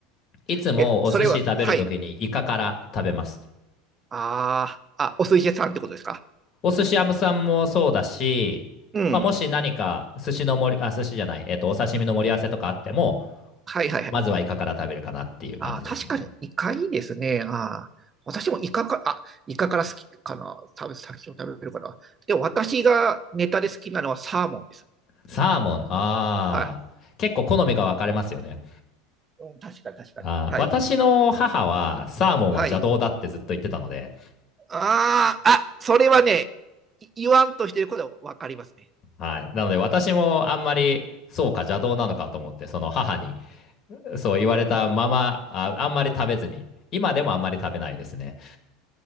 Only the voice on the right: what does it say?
え、それは、はい。ああ、あ、お寿司屋さんってことですか
うん。
はいはいはい。
ああ、確かにイカいいですね。ああ、私もイカか、あ、イカから好きかな。食べ、先を食べるかな。でも私がネタで好きなのはサーモンです。
は
い。うん、確かに確かに。
はい。はい。ああ、あ、それはね、い言わんとしてることはわかりますね。
うん。うん。
うん、